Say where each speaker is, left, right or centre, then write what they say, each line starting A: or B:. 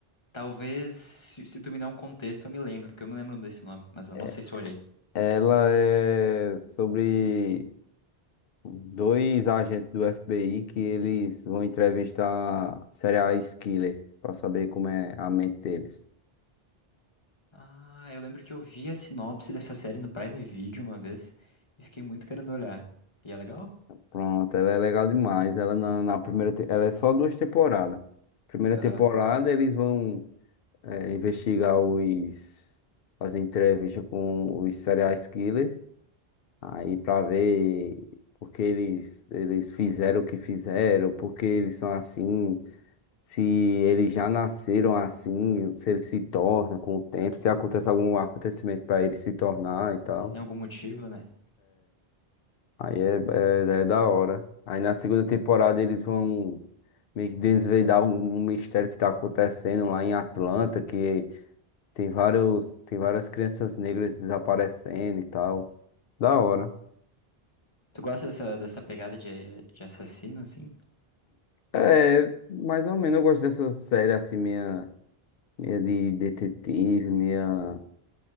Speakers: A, on the left; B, on the left.
A: Talvez, se se tu me dar um contexto, eu me lembro, porque eu me lembro desse nome, mas eu
B: É,
A: não sei se eu olhei.
B: Ela é sobre dois agentes do FBI que eles vão entrevistar serial killer pra saber como é a mente deles.
A: Ah, eu lembro que eu vi a sinopse dessa série no Prime Video uma vez e fiquei muito querendo olhar. E é legal?
B: Pronto, ela é legal demais. Ela na, na primeira, te- ela é só duas temporadas. Primeira
A: Aham.
B: temporada eles vão é, investigar os fazer entrevista com os serial killers Aí pra ver porque eles, eles fizeram o que fizeram, porque eles são assim, se eles já nasceram assim, se eles se tornam com o tempo, se acontece algum acontecimento pra eles se tornar e tal.
A: Se tem algum motivo, né?
B: Aí é, é, é da hora. Aí na segunda temporada eles vão meio que desvendar um, um mistério que tá acontecendo lá em Atlanta, que tem vários, tem várias crianças negras desaparecendo e tal. Da hora.
A: Tu gosta dessa, dessa pegada de, de assassino, assim?
B: É, mais ou menos eu gosto dessa série assim, meia, meia de detetive, meia,